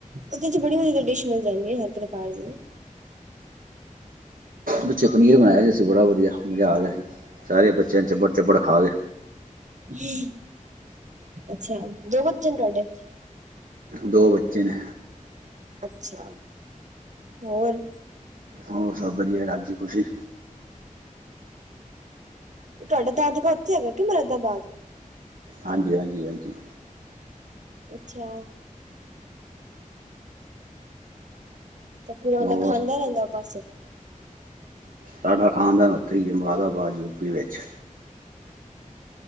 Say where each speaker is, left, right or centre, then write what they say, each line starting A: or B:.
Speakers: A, on the right (about 60°); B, on the right (about 85°).
A: ਉਹਦੇ ਚ ਬੜੀ ਵਧੀਆ ਡਿਸ਼ ਮਿਲ ਜਾਂਨੀ ਏ, ਹਰ ਪ੍ਰਕਾਰ ਦੀ।
B: ਪਿੱਛੇ ਪਨੀਰ ਬਣਾਇਆ ਸੀ ਅਸੀ ਬੜਾ ਵਧੀਆ, ਮਜ਼ਾ ਆ ਗਿਆ ਹੀ, ਸਾਰੇ ਬੱਚੇ ਚੱਬੜ ਚੱਬੜ ਖਾ ਗਏ।
A: ਹਮ, ਅੱਛਾ। ਦੋ ਬੱਚੇ ਨੇ ਤੁਆਡੇ?
B: ਦੋ ਬੱਚੇ ਨੇ।
A: ਅੱਛਾ, ਹੋਰ।
B: ਹੋਰ, ਸਭ ਵਧੀਆ ਰਾਜੀ ਖੁਸ਼ੀ।
A: ਤੁਆਡਾ ਦਾਦਕਾ ਉੱਥੇ ਹੈਗਾ ਕਿ ਮੁਰਾਦਾਬਾਦ?
B: ਹਾਂਜੀ ਹਾਂਜੀ ਹਾਂਜੀ।
A: ਅੱਛਾ। ਤਾਂ ਪੂਰਾ ਵਾਲਾ
B: ਹੋਰ
A: ਖਾਂਦਾਂ ਰਹਿੰਦਾ ਓ ਪਾਸੇ।
B: ਸਾਡਾ ਖਾਨਦਾਨ ਉੱਥੇ ਈ ਐ, ਮੁਰਾਦਾਬਾਦ ਯੂਪੀ ਵਿੱਚ।